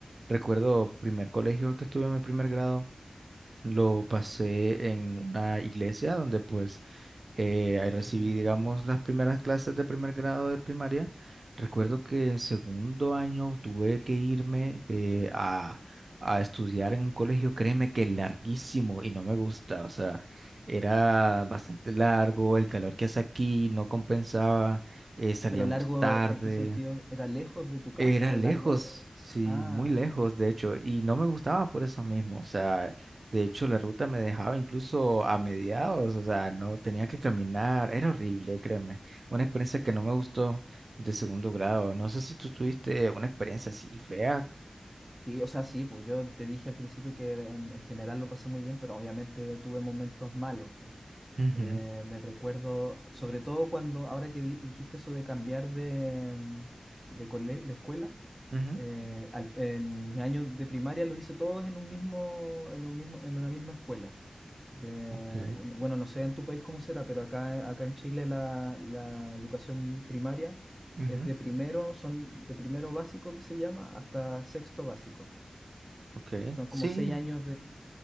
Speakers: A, on the right; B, on the right.
A: recuerdo primer colegio que estuve en mi primer grado. Lo pasé en una iglesia donde pues eh, ahí recibí,
B: Ah,
A: digamos, las primeras clases de primer grado de primaria. Recuerdo
B: Sí.
A: que en segundo año tuve que irme eh, a, a estudiar en un colegio, créeme que larguísimo y no me gusta, o sea, era bastante largo, el calor que hace aquí no compensaba, eh, salíamos
B: Pero largo,
A: tarde.
B: ¿en qué sentido? ¿Era lejos de tu casa
A: Era
B: o
A: lejos,
B: largo? eh?
A: sí,
B: Ah,
A: muy lejos, de hecho, y no me gustaba por eso mismo, o sea, de hecho la ruta me dejaba incluso a mediados, o sea, no tenía que caminar, era horrible, créeme, una experiencia que no me gustó de segundo grado, no sé si tú tuviste una experiencia así fea.
B: sí, o sea, sí, pues yo te dije al principio que en, en general lo pasé muy bien, pero obviamente tuve momentos malos.
A: Ujú,
B: Eh, me recuerdo, sobre todo cuando, ahora que di- dijiste eso de cambiar de, mm, de, cole- de escuela,
A: Ujú,
B: eh, al- en mis años de primaria los hice todos en un mismo, en un mismo, en una misma escuela. De,
A: Ok,
B: un- bueno, no sé en tu país cómo será, pero acá, acá en Chile la, la educación primaria
A: ujú,
B: es de primero, son de primero básico que se llama, hasta sexto básico.
A: ok,
B: Son
A: sí,
B: como seis años